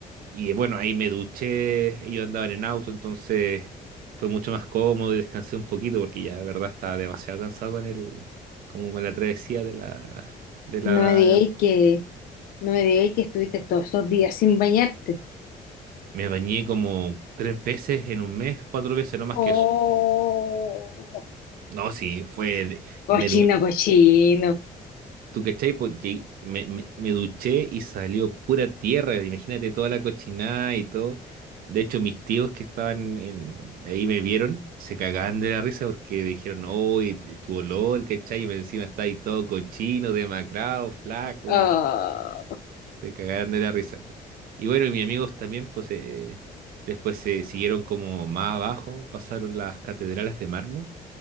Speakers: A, on the right; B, on the left.
A: Y bueno, ahí me duché, yo andaba en el auto, entonces fue mucho más cómodo y descansé un poquito porque ya de verdad estaba demasiado cansado con el, como con la travesía de la, de la...
B: No me digáis que, no me digáis que estuviste todos esos días sin bañarte.
A: Me bañé como tres veces en un mes, cuatro veces, no más
B: Oh,
A: que eso. No, sí, fue... de-
B: Cochino,
A: Me duché
B: cochino.
A: ¿Tú cachai? Pues ye- me, me- me duché y salió pura tierra. Imagínate toda la cochinada y todo. De hecho, mis tíos que estaban en- ahí me vieron, se cagaban de la risa porque me dijeron, oh, tu olor, ¿cachai? Y encima está ahí todo cochino, demacrado, flaco,
B: Oh.
A: güey. Se cagaban de la risa, güey. Y bueno, y mis amigos también, pues eh, después se siguieron como más abajo, pasaron las catedrales de mármol,